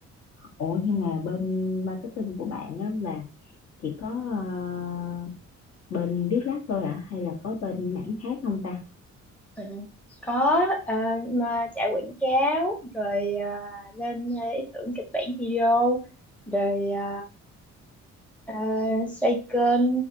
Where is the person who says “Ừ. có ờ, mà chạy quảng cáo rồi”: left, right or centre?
Centre